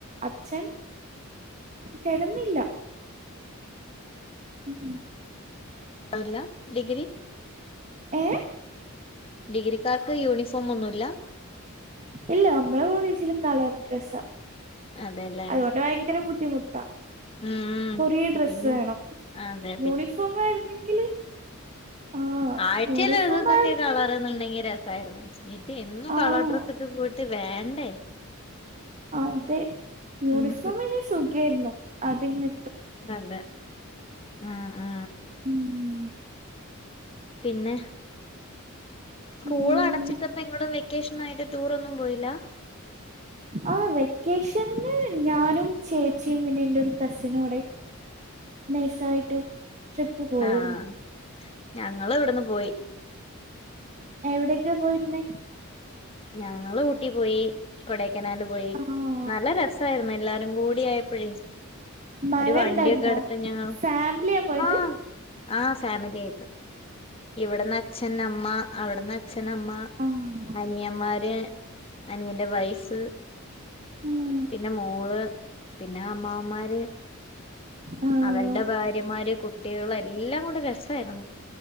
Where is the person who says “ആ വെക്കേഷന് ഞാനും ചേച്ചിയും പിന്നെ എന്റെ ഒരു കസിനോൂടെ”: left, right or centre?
Right